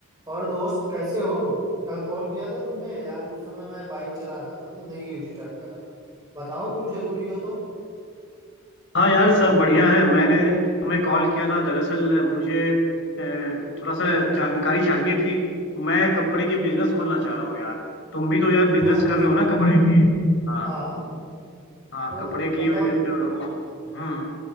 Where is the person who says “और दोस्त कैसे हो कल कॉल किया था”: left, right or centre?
Right